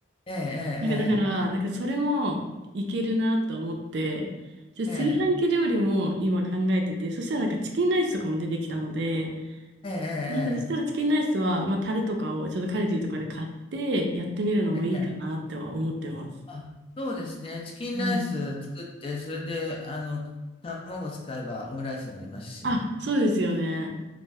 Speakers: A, on the left; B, on the right.
A: ええ、
B: なんかだから、なんかそれもいけるなと思って、じゃあ炊飯器料理も今考えてて、
A: ええ、ええ、
B: そしたらなんかチキンライスとかも出てきたので、
A: ええ、ええ、
B: なんかそしたらチキンライスは、まあタレとかをちょっとカルディとかで買ってやってみるのもいいかなっては思ってます。
A: ええ。ええあ、そうですね。チキンライス作って、
B: うん。
A: それで、あの、卵使えばオムライスになりますしね。
B: あ、そうですよね。